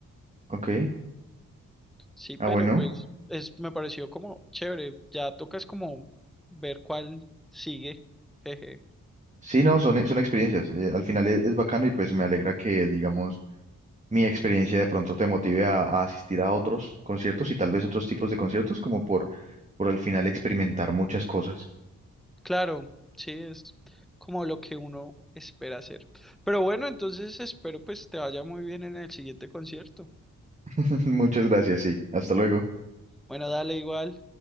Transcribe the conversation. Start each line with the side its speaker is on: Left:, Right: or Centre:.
Right: Ok,
Centre: sí,
Right: ah,
Centre: pero
Right: bueno.
Centre: pues es, me pareció como chévere, ya toca es como ver cuál sigue. Jeje.
Right: Sí, no, son, son experiencias. eh, al final es, es bacano y pues me alegra que, digamos, mi experiencia de pronto te motive a, a asistir a otros conciertos y tal vez otros tipos de conciertos, como por, por al final experimentar muchas cosas.
Centre: Claro, sí, es como lo que uno espera hacer. Pero bueno, entonces espero pues te vaya muy bien en el siguiente concierto.
Right: <laughs> Muchas gracias, sí. Hasta luego.
Centre: Bueno, dale igual.